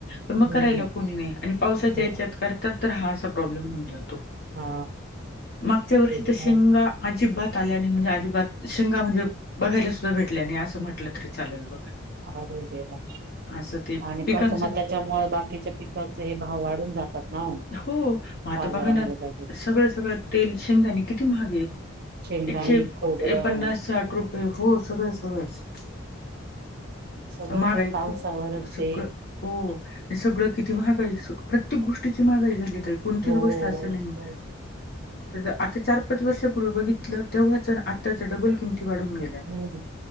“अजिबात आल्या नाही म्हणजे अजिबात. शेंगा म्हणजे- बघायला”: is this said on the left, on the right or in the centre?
Left